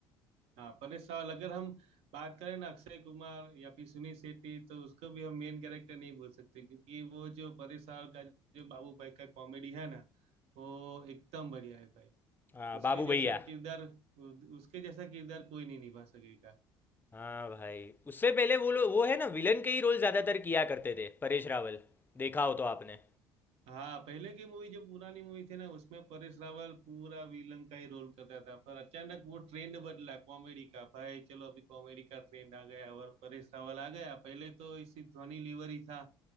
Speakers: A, on the right; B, on the left.
A: हाँ परेश रावल अगर हम बात करें ना अक्षय कुमार या फिर सुनील शेट्टी तो उसको भी हम मेन कैरेक्टर नहीं बोल सकते क्योंकि वो जो परेश रावल का जो बाबू भाई का कॉमेडी है ना वो एकदम बढ़िया है भाई
B: हाँ
A: उसके
B: बाबू
A: जैसा
B: भैया
A: किरदार उसके जैसा किरदार कोई नहीं निभा सकेगा
B: हाँ भाई उससे पहले वो लो- वो है ना विलन के ही रोल ज़्यादातर किया करते थे परेश रावल देखा हो तो आपने
A: हाँ पहले की मूवी जो पुरानी मूवी थी ना उसमें परेश रावल पूरा विलन का ही रोल करता था पर अचानक वो ट्रेंड बदला कॉमेडी का भाई चलो अभी कॉमेडी का ट्रेंड आ गया और परेश रावल आ गया पहले तो इसी जॉनी लीवर ही था